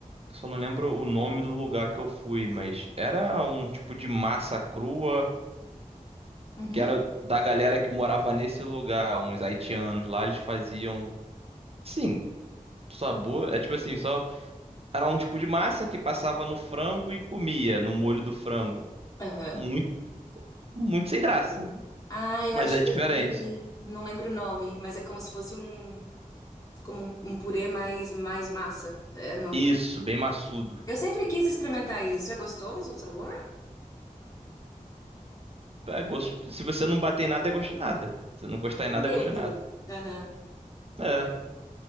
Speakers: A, on the right; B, on the left.
A: Eu Só não lembro o nome do lugar que eu fui, mas era um tipo de massa crua,
B: Uhum.
A: que era da galera que morava nesse lugar, uns haitianos lá, eles faziam. Sim, sabor. É tipo assim, só. Era um tipo de massa que passava no frango e comia, no molho do frango.
B: Aham.
A: Muito, muito sem graça,
B: Ah, eu
A: mas
B: acho
A: é
B: que
A: diferente.
B: eu sei. Não lembro o nome, mas é como se fosse um, como um, um purê mais, mais massa. É, não.
A: Isso, bem maçudo.
B: Eu sempre quis experimentar isso. É gostoso o sabor?
A: É gosto... Se você não bater em nada, é gosto de nada. Se não encostar em nada,
B: É neutro.
A: é gosto de nada.
B: Aham.
A: É.